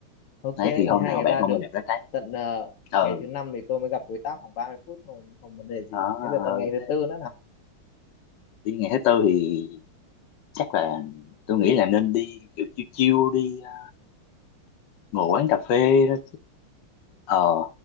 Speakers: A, on the left; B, on the left.
A: Ok,
B: đấy
A: ngày
B: thì hôm
A: 2
B: nào
A: ngày
B: bạn
A: 3
B: không
A: được.
B: bao giờ lá trái đó.
A: Tận ờ,
B: ừ
A: ngày thứ năm thì tôi mới gặp đối tác khoảng 30 phút, không, không vấn đề gì.
B: đó
A: Bây giờ còn
B: ừ.
A: ngày thứ
B: Thế-
A: tư nữa nào.
B: đi ngày thứ tư thì chắc là tôi nghĩ là nên đi kiểu chiêu chiêu đi ờ, ngồi quán cà phê đó ờ